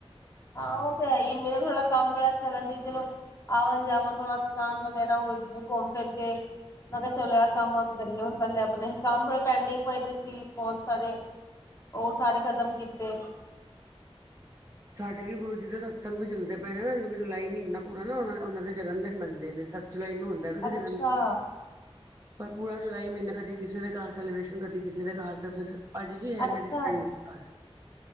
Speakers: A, on the left; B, on the right.
A: ਹਾਂ ਉਹ ਤੇ ਹੈ ਈ ਹੈ। ਮੇਰਾ ਥੋੜਾ ਕੰਮ ਵਾਲਾ ਚੱਲਦਾ ਸੀ ਚਲੋ ਆਵਨ ਜਾਵਨ ਥੋੜਾ ਥਕਾਨ ਵਗੈਰਾ ਹੋਏ ਜਿਵੇ ਘੁੰਮ ਫਿਰ ਕੇ। ਮੈਂ ਕਿਹਾ ਚਲੋ ਯਾਰ ਕੰਮਾਂ ਕਰੀਏ ਹੁਣ ਪਹਿੱਲੇ ਅਪਣੇ ਕੰਮ ਥੋੜੇ ਪੈਂਡਿੰਗ ਪਏ ਸੀਂ ਬਹੁਤ ਸਾਰੇ।
B: <inaudible>
A: ਉਹ ਸਾਰੇ ਖ਼ਤਮ ਕੀਤੇ।
B: ਸਾਡੇ ਵੀ ਗੁਰੂ ਜੀ ਦੇ ਸਤਸੰਗ ਵੀ ਚੱਲਦੇ ਪਏ ਨੇ ਨਾ ਜੋ ਜੁਲਾਈ ਮਹੀਨਾ ਪੂਰਾ ਨਾ ਉਹਨਾਂ ਦੇ ਜਨਮ ਮੰਨਦੇ ਨੇ। ਜੁਲਾਈ ਨੂੰ ਹੁੰਦਾ ਵੈਸੇ
A: ਅੱਛਾ
B: ਜਨਮ ਦਿਨ। ਪਰ ਪੂਰਾ ਜੁਲਾਈ ਮਹੀਨਾ ਕਦੀ ਕਿਸੇ ਦੇ ਘਰ ਸੈਲੀਬ੍ਰੇਸ਼ਨ ਕਦੀ ਕਿਸੇ ਦੇ ਘਰ ਤਾਂ ਫਿਰ। ਅੱਜ ਵੀ ਹੈ
A: ਅੱਛਾ
B: ਮੇਰੀ ਫ੍ਰੈਂਡ ਦੇ ਘਰ।